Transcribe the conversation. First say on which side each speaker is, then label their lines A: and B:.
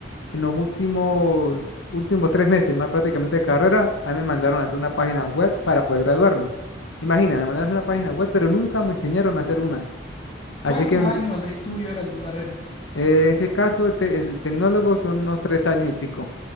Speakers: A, on the left (about 85°); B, on the left (about 30°).
A: En los últimos, últimos tres meses, más prácticamente
B: sí.
A: de carrera, a mí me mandaron a hacer una página web para poder graduarme. Imagina, me mandaron a hacer una página web, pero nunca me enseñaron a hacer una. Así
B: ¿Cuántos
A: que en
B: años de estudio eran tu carrera?
A: eh, ese caso, te- el tecnólogo son unos tres años y pico.